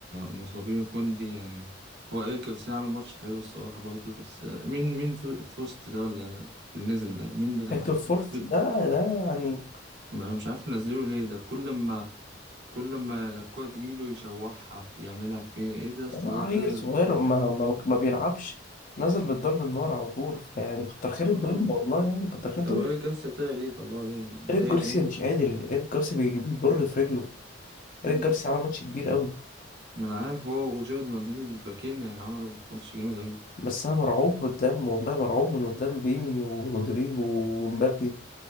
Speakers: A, on the right; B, on the left.
A: مصابين كوندي يعني هو إيريك جارسيا عامل ماتش حلو الصراحة برضه بس مين مين في في وسط ده ولا اللي نزل ده مين ده
B: هيكتور فورث
A: كل-
B: ده ده يعني
A: ما- مش عارف نزله ليه ده كل ما كل ما الكورة تجيله يشوحها يعملها فيه إيه ده يا اسطى
B: يعني
A: ده
B: عيل
A: ده
B: صغير ما, ما, ما بيلعبش نزل من الدار للنار على طول يعني كتر خير الدنيا
A: آه
B: والله يعني كتر خير الدنيا
A: طب إيريك جارسيا طلع ليه طلعه ليه
B: ايريك
A: تعب
B: جارسيا مش قادر ايريك جارسيا بي- بيجر في رجله
A: يعني؟
B: ايريك جارسيا عمل ماتش كبير قوي
A: ما انا عارف هو وجيرد مانديل الباكين يعني عملوا ماتش جامد أوي
B: بس انا مرعوب قدام والله مرعوب من قدام فيني ورودريجو ومبابي